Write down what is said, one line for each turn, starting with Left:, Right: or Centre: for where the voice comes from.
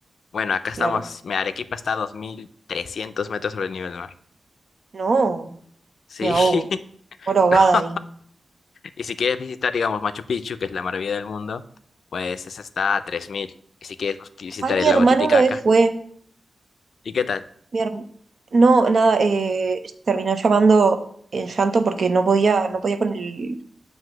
Left: bueno, acá estamos.
Right: claro.
Left: Mi Arequipa está a 2300 metros sobre el nivel del mar.
Right: No,
Left: Sí,
Right: me ahogo,
Left: <laughs>
Right: muero ahogada
Left: no.
Right: ahí.
Left: Y si quieres visitar, digamos, Machu Picchu, que es la maravilla del mundo, pues esa está a 3000. Y si quieres pues, visitar
Right: Ah, mi
Left: el
Right: hermana
Left: lago Titicaca,
Right: una vez fue,
Left: ¿y qué tal?
Right: Mi herm- No, nada, eh, terminó llamando en llanto porque no podía, no podía con el,